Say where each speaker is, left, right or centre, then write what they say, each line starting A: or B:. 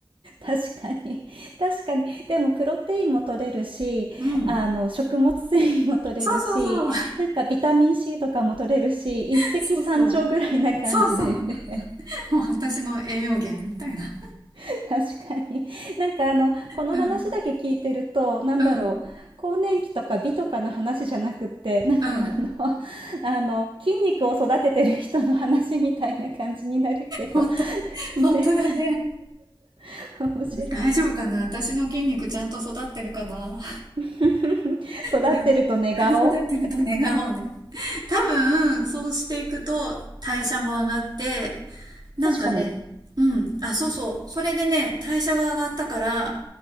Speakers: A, on the right; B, on the right.
A: 確かに。確かに。でも、プロテインも取れるし、
B: うん。
A: あの、食物繊維も取れるし、
B: そうそうそう。
A: なんかビタミン C とかも取れるし、一石三鳥ぐらいな感じだよね。
B: <laughs> そうそう。そうそう。もう私の栄養源みたいな。
A: <laughs> 確かに。なんかあの、この話だけ聞いてると、
B: うん。
A: なんだろう、
B: うん。
A: 更年期とか美とかの話じゃなくって、なんかあの、
B: うん。
A: <laughs> あの、筋肉を育ててる人の話みたいな感じになるけど、
B: 本当本当だね。
A: ね。<laughs> 面白い。
B: 大丈夫かな私の筋肉ちゃんと育ってるかな
A: <laughs> 育ってると寝顔
B: で育ってると願おうね。多分、そうしていくと代謝も上がって、なんかね、
A: 確かに。
B: うん、あ、そうそう、それでね、代謝が上がったから、